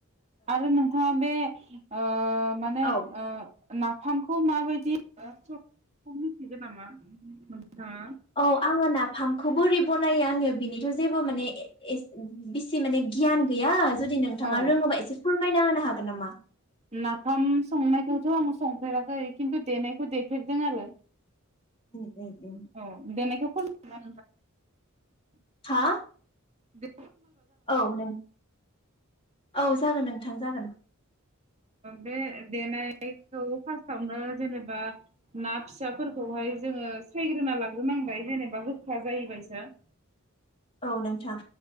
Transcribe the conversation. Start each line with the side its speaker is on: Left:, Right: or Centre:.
Right: आरो नोंथाङा बे बे ओ माने
Left: औ
Right: ओ नाफामखौ माबायदि <unintelligible> मिथिगौ नामा नोंथाङा?
Left: औ आङो ना <unintelligible> खौ बोरै बनायो आङो बिनिथ' जेबो माने बिसि माने गियान गैया जुदि नोंथाङा
Right: औ
Left: रोङोबा एसे फोरमायना होनो हागोन नामा
Right: नाफाम संनायखौथ' आं संफेराखै खिन्थु देनायखौ देफेरदों आरो
Left: उम उम उम
Right: औ देनायखौ <unintelligible> <unintelligible>
Left: हा
Right: बे
Left: औ नों औ जागोन नों थां जागोन
Right: बे देनायखौ फास्टावनो जेनेबा ना फिसाफोरखौहाय जोङो सायग्रोना लाग्रोनांबाय जेनेबा गोखा जाहैबायसा
Left: औ नोंथां